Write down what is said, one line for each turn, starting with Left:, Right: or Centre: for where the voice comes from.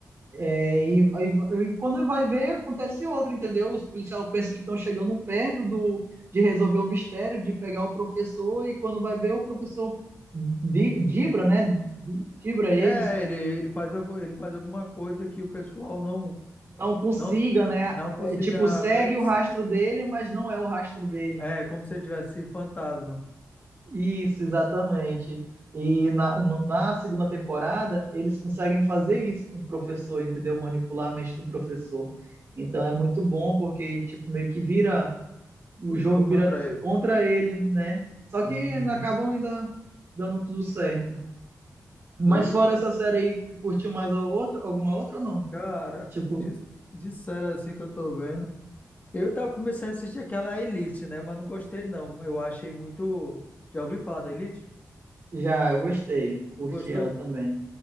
Right: é, e, e- e quando vai ver acontece outra, entendeu? Os policiais pensam que estão chegando perto do de resolver o mistério, de pegar o professor e quando vai ver o professor di- dibra, né? di- Dibra eles,
Left: É, ele, ele faz, algu- ele faz alguma coisa que o pessoal não.
Right: não consiga,
Left: Não,
Right: né?
Left: não consiga
Right: É, tipo segue
Left: conhecer.
Right: o rastro dele, mas não é o rastro dele.
Left: É, como se ele tivesse fantasma.
Right: Isso, exatamente. E na, no- na segunda temporada, eles conseguem fazer isso com o professor, entendeu? Manipular a mente do professor. Então é muito bom, porque, tipo, meio que vira, o
Left: O
Right: jogo
Left: jogo contra
Right: vira
Left: ele.
Right: contra ele, né? Só
Left: Uhum.
Right: que ainda acabam ainda dando tudo certo. Mas
Left: Pois
Right: fora
Left: é.
Right: essa série aí, curtiu mais a outra, alguma outra ou não?
Left: Cara,
Right: Tipo,
Left: dis- disseram assim que eu tô vendo. Eu tava começando a assistir aquela Elite, né? Mas não gostei, não. Eu achei muito. Já ouviu falar da Elite?
Right: já, eu gostei. Curti
Left: Tu gostou?
Right: ela também.